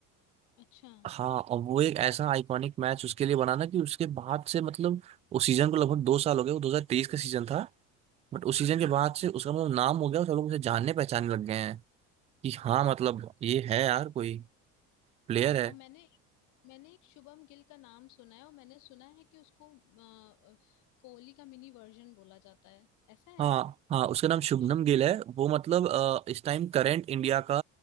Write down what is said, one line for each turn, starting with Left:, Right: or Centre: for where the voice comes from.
Left: अच्छा
Right: हाँ और वो एक ऐसा आइकॉनिक मैच उसके लिए बना ना कि उसके बाद से मतलब उस सीजन को लगभग दो साल हो गए वो 2023 का सीजन था बट उस सीजन
Left: हम्म
Right: के बाद से उसका मतलब नाम हो गया और सब लोग उसे जानने पहचानने लग गए हैं कि हाँ मतलब ये है यार कोई प्लेयर
Left: हम्म
Right: है
Left: और मैंने मैंने एक शुभम गिल का नाम सुना है और मैंने सुना है कि उसको अ, अ, कोहली का मिनी वर्जन बोला जाता है ऐसा है
Right: हाँ हाँ उसका नाम शुभनम
Left: शुभम-
Right: गिल है वो मतलब अ, इस टाइम करंट इंडिया का